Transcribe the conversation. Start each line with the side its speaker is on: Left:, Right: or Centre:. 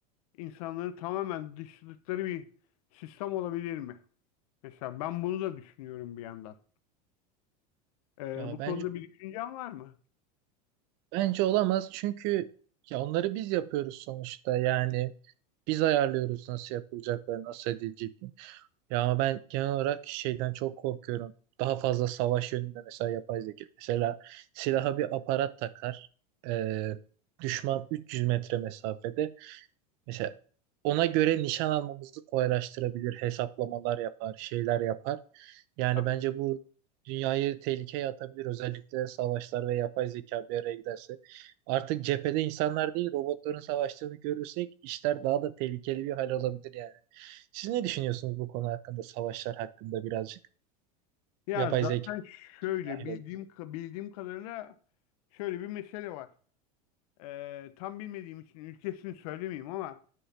Left: insanları tamamen dışladıkları bir sistem olabilir mi? Mesela ben bunu da düşünüyorum bir yandan. Ee,
Right: Ya
Left: bu
Right: bence
Left: konuda bir düşüncen var mı?
Right: Bence olamaz çünkü ya onları biz yapıyoruz sonuçta yani biz ayarlıyoruz nasıl yapılacakları nasıl edileceklerini. Ya ama ben genel olarak şeyden çok korkuyorum. Daha fazla savaş yönünde mesela yapay zeka. Mesela silaha bir aparat takar. Ee, düşman 300 metre mesafede. Mesela ona göre nişan almamızı kolaylaştırabilir, hesaplamalar yapar, şeyler yapar. Yani
Left: Tabii.
Right: bence bu dünyayı tehlikeye atabilir. Özellikle savaşlar ve yapay zeka bir araya giderse. Artık cephede insanlar değil, robotların savaştığını görürsek işler daha da tehlikeli bir hal alabilir yani. Siz ne düşünüyorsunuz bu konu hakkında, savaşlar hakkında birazcık?
Left: Ya
Right: Yapay
Left: zaten
Right: zeka
Left: şöyle
Right: dahil
Left: bildiğim
Right: olması.
Left: bildiğim kadarıyla şöyle bir mesele var. Ee, tam bilmediğim için ülkesini söylemeyeyim ama